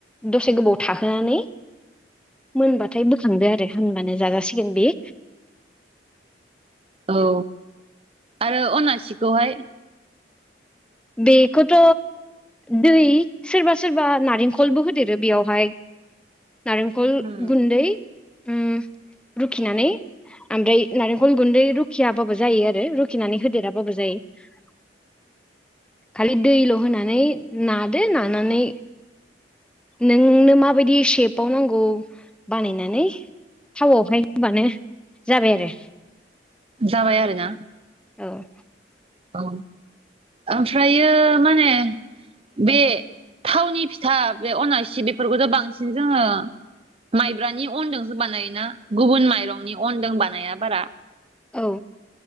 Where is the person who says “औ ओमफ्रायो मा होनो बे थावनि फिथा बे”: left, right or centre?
Right